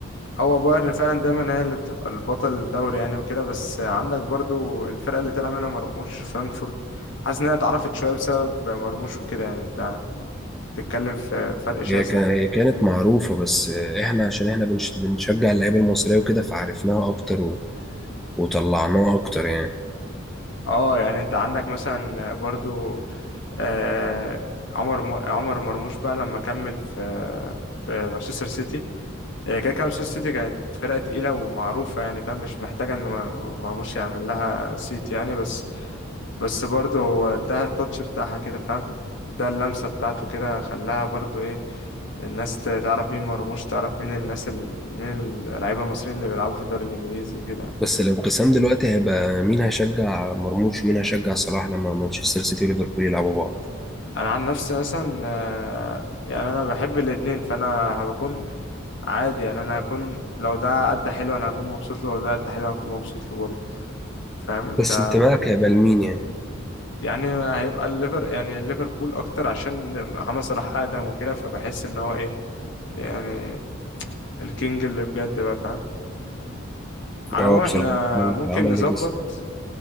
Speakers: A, on the left (about 60°); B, in the centre.
A: هو بايرن فعلا دايما هي اللي بتبقى البطل الدوري يعني وكده بس عندك برضو الفرقة اللي طلع منها مرموش فرانكفورت حاسس انها اتعرفت شوية بسبب مرموش وكده يعني انت بتتكلم في فرق شاسع
B: هي كا- هي كانت معروفة بس آه، إحنا عشان إحنا بنش- بنشجع اللعيبة المصرية وكده فعرفناها أكتر و- وطلعناها أكتر يعني
A: اه يعني انت عندك مثلا برضو آه، عمر م- عمر مرموش بقى لما كمل في في مانشستر سيتي هي كده كده مانشستر سيتي كانت فرقة تقيلة ومعروفة يعني فاهم مش محتاجة إن م- مرموش يعمل لها سيت يعني بس بس برضه هو اداها التاتش بتاعها كده فاهم ده اللمسة بتاعته كده خلاها برضه إيه الناس ت- تعرف مين مرموش تعرف مين الناس ال... مين اللعيبة المصريين اللي بيلعبوا في الدوري الإنجليزي كده يعني.
B: بس الانقسام دلوقتي هيبقى مين هيشجع مرموش ومين هيشجع صلاح لما مانشستر سيتي وليفربول يلعبوا بعض
A: انا عن نفسي مثلا آه، يعني انا بحب الاتنين فانا هبكون عادي يعني انا هكون لو ده قد حلو انا هكون مبسوط له ولو ده قد حلو انا هكون مبسوط له برضه فاهم انت
B: بس انتمائك هيبقى لمين يعني؟
A: يعني هيبقى الليفر يعني ليفربول اكتر عشان محمد صلاح اقدم وكده فبحس ان هو ايه يعني الكينج اللي بجد بقى فاهم على
B: هو
A: العموم
B: بصراحة
A: احنا
B: عمل
A: ممكن
B: عمل
A: نظبط
B: ليجاسي